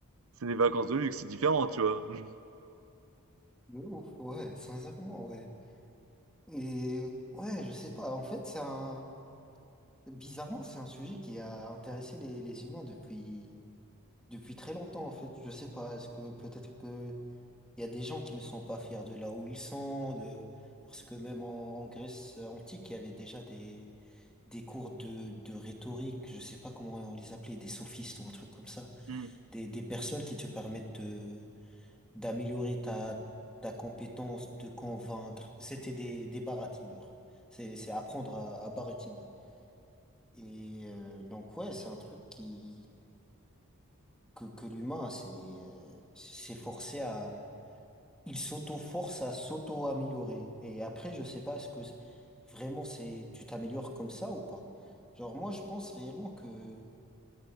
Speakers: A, on the right; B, in the centre.
A: C'est des vacances de luxe, c'est différent, tu vois? <laughs>
B: de ouf. Ouais, sincèrement, ouais. Et ouais, je sais pas. En fait, c'est un... Bizarrement, c'est un sujet qui a intéressé les, les humains depuis... depuis très longtemps, en fait. Je sais pas. Est-ce que peut-être que Il y a des gens qui ne sont pas fiers de là où ils sont, de... parce que même en, en Grèce antique, il y avait déjà des, des cours de, de rhétorique, je sais pas comment on les appelait, des sophistes ou un truc comme ça,
A: Mmh.
B: des, des personnes qui te permettent de d'améliorer ta, ta compétence, de convaincre. C'était des, des baratineurs. C'est, c'est apprendre à, à baratiner. Et euh, donc ouais, c'est un truc qui que, que l'humain s'est euh, s'est forcé à il s'auto-force à s'auto-améliorer. Et après, je sais pas, est-ce que c'est- vraiment c'est tu t'améliores comme ça ou pas? Genre moi, je pense réellement que